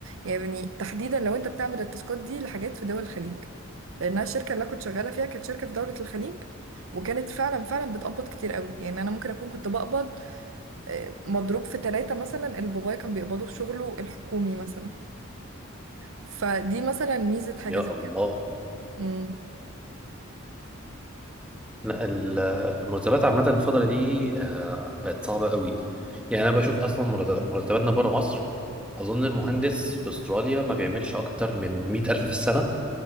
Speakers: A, on the right; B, in the centre.
A: يعني تحديدا لو انت بتعمل التاسكات دي لحاجات في دول الخليج لانها الشركة اللي انا كنت شغالة فيها كانت شركة في دولة الخليج وكانت فعلا فعلا بتقبض كتير قوي يعني انا ممكن اكون كنت بقبض آه، مضروب في ثلاثة مثلا اللي بابايا كان بيقبضه في شغله الحكومي مثلا فدي مثلا ميزة حاجة
B: يا
A: زي
B: الله
A: كده امم
B: لا ال- المرتبات عامه الفتره دي آه، بقت صعبه قوي يعني انا بشوف اصلا مرتب- مرتباتنا بره مصر اظن المهندس في استراليا ما بيعملش اكتر من 100000 في السنه